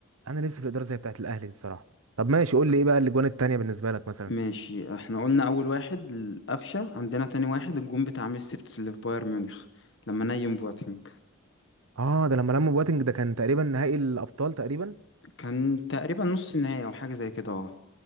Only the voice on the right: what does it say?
انا نفسي في ادارة زي بتاعت الاهلي دي بصراحة طب ماشي قول لي ايه بقى الاجوان التانية بالنسبة لك مثلا
اه ده لما لموا بواتنج ده كان تقريبا نهائي الابطال تقريبا